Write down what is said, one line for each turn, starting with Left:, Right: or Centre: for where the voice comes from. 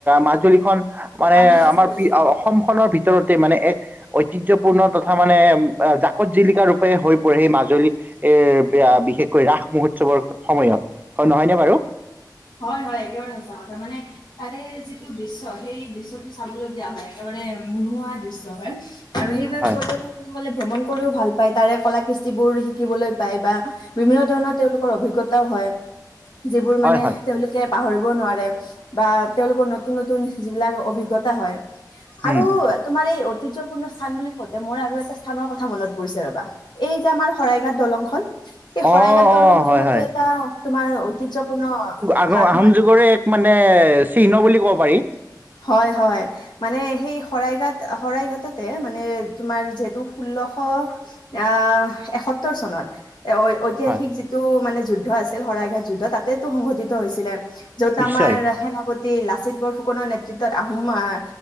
Right: মাজুলীখন মানে
Left: আনন্দ
Right: আমাৰ
Left: কৰিছিল
Right: অসম খনৰ ভিতৰত ভিতৰতে মানে এক ঐতিহ্যপূৰ্ণ তথা মানে জাকত জিলিকা ৰূপে হৈ পৰে এই মাজুলী এ, বিশেষকৈ ৰাস মহোৎসৱৰ সময়ত, হয় নহয়নে বাৰু।
Left: হয়', হয়', একেবাৰে সঁচা কথা মানে তাৰে যিটো দৃশ্য সেই দৃশ্যটো চাবলগীয়া হয়, একেবাৰে মুনোহা দৃশ্য হয় আৰু সেইবাবে
Right: হয়
Left: পৰ্যটক সকলে ভ্ৰমণ কৰিও ভাল পায় তাৰে কলা কৃষ্টিবোৰ শিকিবলৈ পায় বা বিভিন্ন ধৰণৰ তেওঁলোকৰ অভিজ্ঞতাও হয় যিবোৰ মানে
Right: হয় হয়
Left: তেওঁলোকে পাহৰিব নোৱাৰে বা তেওঁলোকৰ নতুন নতুন যিবিলাক অভিজ্ঞতা হয় আৰু
Right: উম
Left: তোমাৰ এই ঐতিহ্যপূৰ্ণ স্থান বুলি কওঁতে মোৰ আৰু এটা স্থানৰ কথা মনত পৰিছে ৰ'বা এই যে আমাৰ শৰাইঘাট দলংখন এই
Right: অ
Left: শৰাইঘাট দলং
Right: অ
Left: খনতো
Right: হয় হয়
Left: এটা তোমাৰ ঐতিহ্যপূৰ্ণ
Right: আগৰ
Left: স্থান
Right: আহোম
Left: হয়
Right: যুগৰে এক মানে চিহ্ন বুলি ক'ব পাৰি
Left: হয়', হয়' মানে সেই শৰাইঘাট শৰাইঘাটতে মানে তোমাৰ যিহেতু ষোল্লশ অ', এসত্তৰ চনত এ ঐতিহাসিক
Right: হয়
Left: যিটো মানে যুদ্ধ আছিল শৰাইঘাট যুদ্ধ তাতেটো সংঘটিত হৈছিলে য'ত
Right: নিশ্চয়
Left: আমাৰ সেনাপতি লাচিত বৰফুকনৰ নেত আহোম আহ